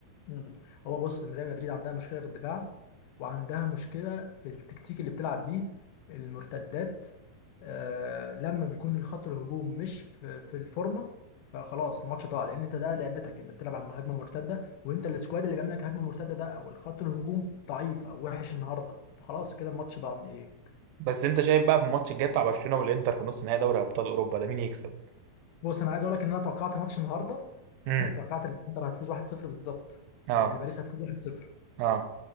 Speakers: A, on the left; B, on the right.
A: مم. هو بص ريال مدريد عندها مشكله في الدفاع وعندها مشكله في التكتيك اللي بتلعب بيه المرتدات آه لما بيكون الخط الهجوم مش في, في الفورمه فخلاص الماتش ضاع لان انت ده لعبتك انت بتلعب على هجمه مرتده وانت السكواد اللي بيعمل لك هجمه مرتده ده او الخط الهجوم ضعيف او وحش النهارده فخلاص كده الماتش ضاع من ايديك
B: بس انت شايف بقى في الماتش الجاي بتاع برشلونة والانتر في نص نهائي دوري ابطال اوروبا ده مين يكسب؟
A: بص انا عايز اقول لك ان انا توقعت ماتش النهارده
B: امم
A: <laughs> توقعت ان انتر هتفوز 1-0 بالظبط
B: اه
A: ان باريس هتفوز 1-0
B: اه